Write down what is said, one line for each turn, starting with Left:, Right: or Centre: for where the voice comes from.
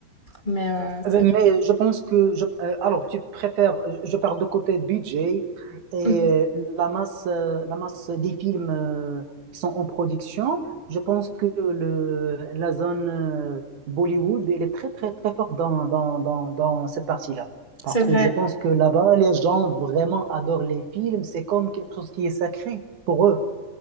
Left: mais, euh,
Right: Euh,
Left: c'est vrai.
Right: Mais je pense que je, euh, alors tu préfères, euh, je parle de côté budget et
Left: Mhm.
Right: la masse, euh, la masse des films euh, qui sont en production. Je pense que le, la zone euh, Bollywood, elle est très très très forte dans, dans, dans, dans cette partie-là. Parce
Left: C'est vrai.
Right: que je pense que là-bas, les gens vraiment adorent les films. C'est comme quelque chose qui est sacré pour eux.